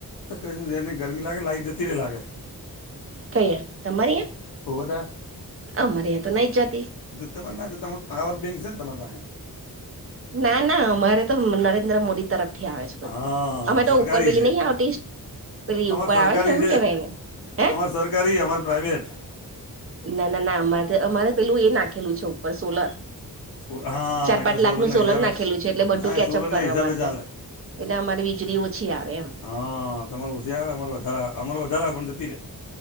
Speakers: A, on the left; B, on the right.
A: ક એને ગરમી લાગે લાઈટ જતી રે લાગે.
B: કઈ તમારી એ
A: <inaudible>
B: અમરેયા તો નઈ જાતી.
A: જો તમાર ના તમાર પાવર બેંક ને તમાર પાહે
B: ના ના અમારે તો નરેન્દ્ર મોદી તરફ થી આવે બધું
A: હા
B: અમે તો
A: સરકારી
B: ઉપર પેલી
A: છે
B: નહી આવતી પેલી
A: તમારે
B: ઉપર
A: સરકારી
B: આવે છે, હુ કેવાય એને હે
A: તમારે સરકારી અમારે પ્રાઇવેટ
B: ના ના ના અમારે અમારે પેલું એ નાખેલું છે, ઉપર સોલર
A: સોલ હા
B: ચાર
A: એટલે
B: પાંચ
A: સોલરના
B: લાખનું સોલન
A: હિસાબે
B: નાખેલું છે, એટલે બધું
A: હા
B: કેચઅપ
A: સોલરના
B: કરે
A: હિસાબે
B: અમારે
A: ચાલે
B: તો એટલે અમારી વીજળી ઓછી આવે એમ
A: હ તમાર ઓસી આવે અમાર વધારે અમાર વધારે પણ જતી રે